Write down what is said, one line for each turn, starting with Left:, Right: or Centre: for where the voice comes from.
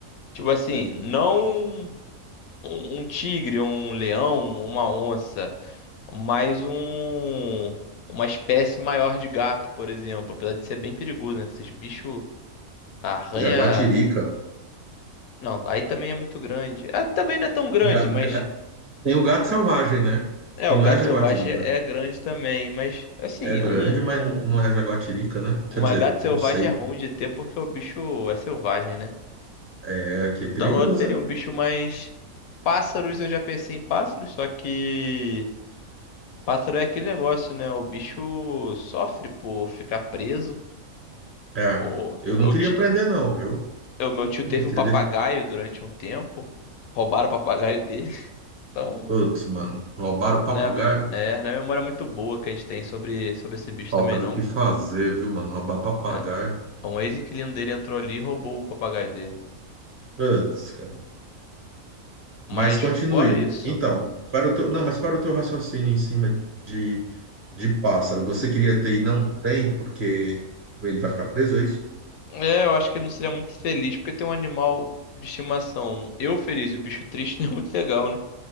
Left: Tipo assim, não um, um tigre, um leão, uma onça, mas um, uma espécie maior de gato, por exemplo. Apesar de ser bem perigoso, né? Que esses bichos arranha.
Right: Jaguatirica.
Left: Não, aí também é muito grande. Ah, também não é tão grande,
Right: Ga-
Left: mas.
Right: ga- Tem o gato selvagem, né?
Left: É,
Right: Que
Left: o
Right: não
Left: gato
Right: é jaguatirica.
Left: selvagem é é grande também, mas assim,
Right: É grande,
Left: um
Right: mas n- não é jaguatirica, né?
Left: Uma
Right: Quer dizer,
Left: gata selvagem
Right: não sei.
Left: é ruim de ter porque o bicho é selvagem, né?
Right: É, aqui é perigoso,
Left: Então eu teria
Right: hein?
Left: um bicho mais. Pássaros, eu já pensei em pássaros, só que. Pássaro é aquele negócio, né? O bicho sofre por ficar preso.
Right: É,
Left: Ou
Right: eu
Left: eu
Right: não queria
Left: ti...
Right: prender, não, viu?
Left: o meu tio
Right: Eu
Left: teve
Right: não queria
Left: um papagaio
Right: deixar.
Left: durante um tempo. Roubaram o papagaio dele. <laughs> Então,
Right: Putz, mano, roubaram o papagaio?
Left: né, a mem- é, não é a memória muito boa que a gente tem sobre, sobre esse bicho
Right: Falta
Left: também,
Right: do
Left: não.
Right: que fazer, viu, mano? Roubar papagaio.
Left: É. Um ex-inquilino dele entrou ali e roubou o papagaio dele.
Right: Putz, cara.
Left: Mas
Right: Mas continue.
Left: fora isso.
Right: Então, qual era o teu... Não, mas qual era o teu raciocínio em cima de, de pássaro? Você queria ter e não tem, porque ele vai ficar preso, é isso?
Left: É, eu acho que ele não seria muito feliz, porque tem um animal de estimação. Eu feliz e o bicho triste <laughs> não é muito legal, né?